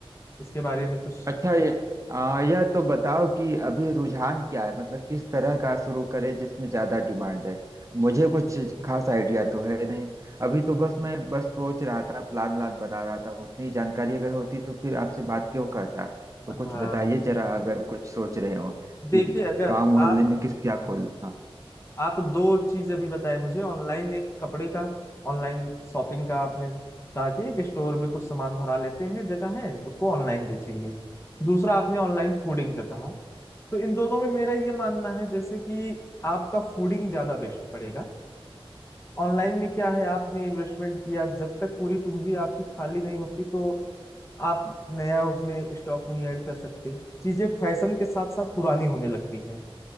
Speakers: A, on the left; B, on the right.
A: इसके बारे में कुछ
B: अच्छा ये आ, यह तो बताओ कि अभी रुझान क्या है मतलब किस तरह का शुरू करें जिसमें ज्यादा डिमांड है मुझे कुछ खास आइडिया तो है नहीं अभी तो बस मैं बस सोच रहा था प्लान व्लान बना रहा था उतनी जानकारी अगर होती तो फिर आपसे बात क्यों करता तो कुछ
A: हाँ
B: बताइए जरा अगर कुछ सोच रहे हो
A: देखिए
B: कि
A: अगर
B: गांव मोहल्ले
A: आप
B: में किस क्या
A: हाँ
B: खोलूं हाँ
A: आप दो चीज अभी बताए मुझे ऑनलाइन एक कपड़े का ऑनलाइन शॉपिंग का आपने कहा कि एक स्टोर में कुछ सामान भरा लेते हैं जगह है उसको ऑनलाइन बेचेंगे दूसरा आपने ऑनलाइन फूडिंग का कहा तो इन दोनों में मेरा ये मानना है जैसे कि आपका फूडिंग ज्यादा बेस्ट पड़ेगा ऑनलाइन में क्या है आपने इन्वेस्टमेंट किया जब तक पूरी पूंजी आपकी खाली नहीं होती तो आप नया उसमें स्टॉक नहीं ऐड कर सकते चीजें फैशन के साथ साथ पुरानी होने लगती हैं